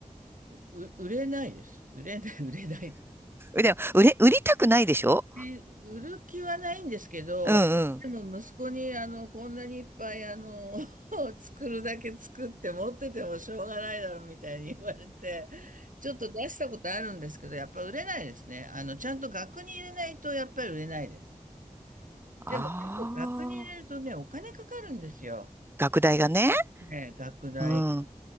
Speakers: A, on the right; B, on the right.
A: う、う売れないです。売れない、売れない。
B: でも、売れ、売りたくないでしょ
A: え売る気はないんですけど、
B: うんうん。
A: でも息子にあのこんなにいっぱいあの <laughs> 作るだけ作って持っててもしょうがないだろうみたいに言われて、ちょっと出したことあるんですけど、やっぱ売れないですね。あのちゃんと額に入れないとやっぱり売れないです。でも結構額に入れるとね、
B: ああ。
A: お金かかるんですよ。
B: 学大がね。
A: ね、額代。
B: うん。